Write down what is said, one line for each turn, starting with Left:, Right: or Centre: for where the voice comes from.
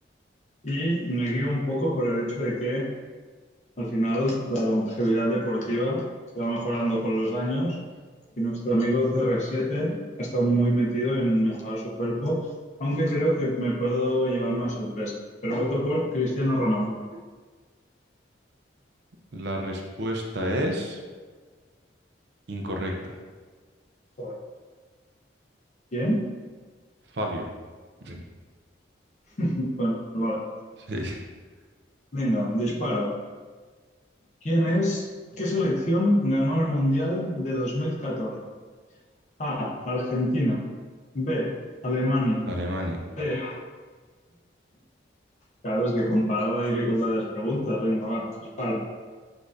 Left: y me guío un poco por el hecho de que al final la longevidad deportiva se va mejorando con los años y nuestro amigo C R siete ha estado muy metido en mejorar su cuerpo, aunque creo que me puedo llevar una sorpresa. Pero voto por Cristiano Ronaldo.
Right: La respuesta es incorrecta.
Left: Joder, ¿Quién?
Right: Fabio. <laughs>
Left: <laughs> Bueno, pues vale.
Right: Sí, <laughs>
Left: Venga, disparo. ¿Quién es? ¿Qué selección ganó el Mundial de dos mil catorce A. Argentina. B. Alemania.
Right: Alemania.
Left: C. Claro, es que comparaba la dificultad de las preguntas. Venga, va, dispara.